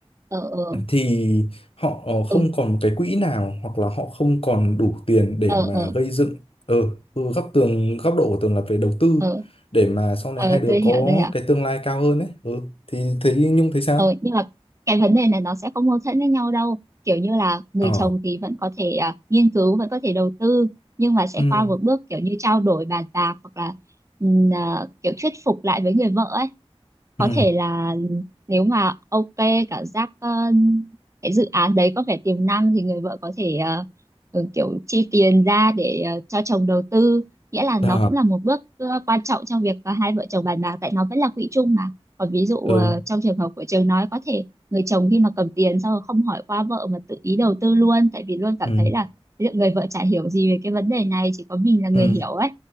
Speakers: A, on the right; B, on the left.
A: ờ ờ
B: thì họ
A: ừ,
B: không còn một cái quỹ nào hoặc là họ không còn đủ tiền để
A: ờ
B: mà
A: ờ
B: gây dựng ờ ừ, góc tường góc độ của tường là về đầu tư
A: ờ
B: để mà sau này
A: ờ
B: hai đứa
A: tôi
B: có
A: hiểu tôi hiểu
B: cái tương lai cao hơn đấy ừ thì thấy Nhung thấy sao
A: Ừ, nhưng mà cái vấn đề này nó sẽ không mâu thuẫn với nhau đâu kiểu như là người
B: ờ
A: chồng thì vẫn có thể à, nghiên cứu vẫn có thể đầu tư nhưng mà sẽ
B: ừ
A: qua một bước kiểu như trao đổi bàn bạc hoặc là ừm, à, kiểu thuyết phục lại với người vợ ấy có
B: ừ
A: thể là nếu mà ok cảm giác ờ, cái dự án đấy có vẻ tiềm năng thì người vợ có thể ờ, ừ, kiểu chi tiền ra để ờ, cho chồng đầu tư nghĩa là nó
B: ờ
A: cũng là một bước ờ, quan trọng trong việc ờ, hai vợ chồng bàn bạc tại nó vẫn là quỹ chung mà còn ví dụ
B: ừ
A: ờ, trong trường hợp của trường nói có thể người chồng khi mà cầm tiền xong rồi không hỏi qua vợ mà tự ý đầu tư luôn tại vì luôn cảm
B: ừ
A: thấy là liệu người vợ chả hiểu gì về cái vấn đề này chỉ có mình là người
B: ừ
A: hiểu ấy